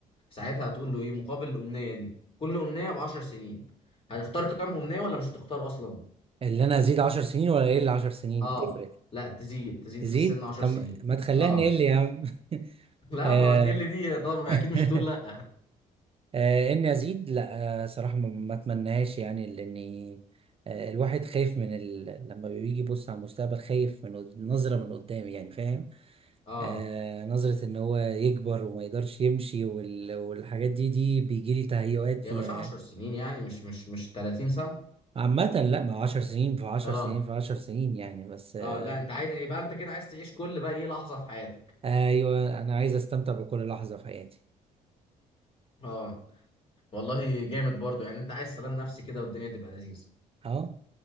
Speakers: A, on the left; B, on the right.
A: ساعتها هتقول له ايه مقابل الامنيه دي كل امنيه ب 10 سنين هتختار كام امنيه ولا مش هتختار اصلا
B: اللي انا ازيد عشر سنين ولا اقل عشر سنين
A: اه
B: تفرق
A: لا تزيد تزيد
B: تزيد
A: في السن 10
B: طب
A: سنين
B: ما تخليها
A: اه
B: نقل يا عم <laughs>
A: <laughs> لا
B: آه.
A: ما هتقل دي طبعا
B: <laughs>
A: اكيد مش هتقول لا
B: آه، اني ازيد لا آه، صراحه ما ما اتمناهاش يعني لاني آه، الواحد خايف من ال... لما بيجي يبص على المستقبل خايف من قد- نظره من قدام يعني فاهم
A: <laughs> اه
B: آه نظره ان هو يكبر وما يقدرش يمشي وال... والحاجات دي دي بيجي لي تهيؤات
A: يا
B: فيها
A: باشا
B: يعني
A: 10 سنين يعني مش مش مش 30 سنه
B: عامة لا ما هو 10 سنين في 10
A: اه
B: سنين في 10 سنين يعني بس آه
A: اه لا انت عايز يبقى انت كده عايز تعيش كل بقى ايه لحظه في حياتك
B: ايوه انا عايز استمتع بكل لحظة في حياتي
A: اه والله جامد برضو يعني انت عايز سلام نفسي كده والدنيا تبقى لذيذة
B: اه